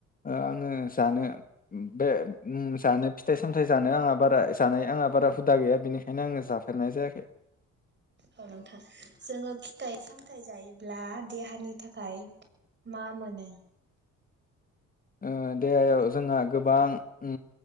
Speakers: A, on the left (about 30°); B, on the right (about 35°).
A: आङो जानो बे जानो फिथाइ सामथायाइ जानो आंहा बारा जानाय आंहा बारा हुदा गैया बेनिखायनो आङो जाफेरनाय जायाखै
B: औ नोंथां जोङो फिथाइ सामथायाइ जायोब्ला देहानि थाखाय मा मोनो
A: ओ देहायाव जोंहा गोबां ओ